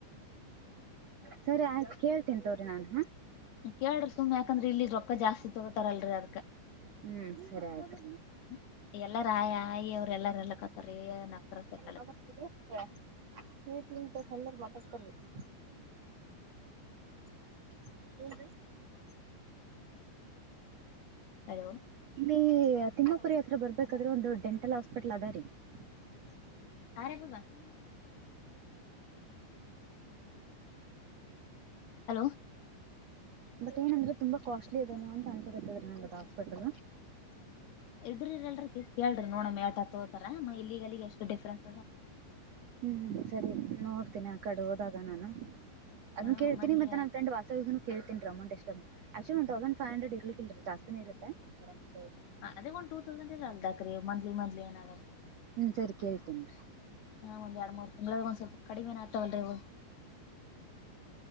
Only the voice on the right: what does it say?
ಸರಿ, ಆಯ್ತು, ಕೇಳ್ತೀನಿ ತಡೆಯಿರಿ ನಾನು, ಹಾ. <unintelligible>
ಹ್ಮ್ ಸರಿ ಆಯ್ತು
ಅಲ್ಲಾ ಬುದ್ಧಿ ಇದ್ದೀಯ ನಿನಗೆ, ಮಲ್ಲಿಗೆ ಬಾಟಲ್ ಹಾಕ್ಬಾರ್ದು. <unintelligible> ಏನ್ರೀ. <unintelligible>
ನೀವೂ. <unintelligible> ತಿಮ್ಮಪುರಿ, ಹತ್ರ ಬರಬೇಕಾದ್ರೆ! ಒಂದು ಡೆಂಟಲ್ ಹಾಸ್ಪಿಟಲ್ ಅದ ರೀ. <unintelligible>
ಬಟ್, ಏನಂದ್ರೆ ತುಂಬಾ ಕಾಸ್ಟ್ಲಿ! ಅದೇನು ಅಂತ ಅನ್ಸಕತ್ತಿದ್ರಿ ನಂಗ ಅದು ಹಾಸ್ಪಿಟಲ್. <unintelligible>
ಹ್ಮ್, ಹ್ಮ್ಮ್, ಸರಿ ನೋಡ್ತೀನಿ! ಆ ಕಡೆ ಹೋದಾಗ ನಾನು. <unintelligible> ಅದನ್ನು
ಕೇಳ್ತನಿ.
ಮತ್ತ ನನ್ನ ಫ್ರೆಂಡ್ ವಾಸವಿ ಕೇಳು. <unintelligible> <unintelligible> ಅಮೌಟ್, ಎಸ್ಟು, ಅಂತ actually. One thousand, five hundred, ಇರಲಿಕ್ಕ, ಇಲ್ಲರಿ ಜಾಸ್ತಿನೇ ಇರುತ್ತೆ ನೋಡಮ್ ಕೇಳ್ತಿನಿ. <unintelligible>
ಹ್ಮ, ಸರಿ ಕೆಳತಿನ್ರಿ. <inaudible>